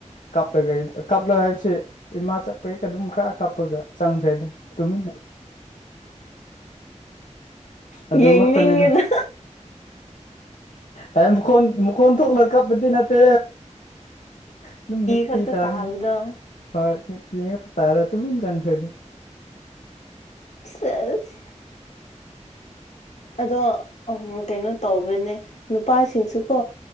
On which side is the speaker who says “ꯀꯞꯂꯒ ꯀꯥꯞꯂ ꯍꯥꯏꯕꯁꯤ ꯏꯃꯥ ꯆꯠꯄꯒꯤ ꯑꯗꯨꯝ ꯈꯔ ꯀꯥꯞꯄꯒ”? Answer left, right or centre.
Left